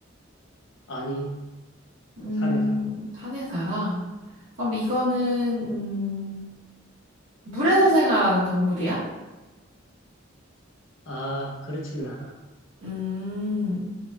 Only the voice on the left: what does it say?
아니,
산에 살아.
아, 그렇진 않아.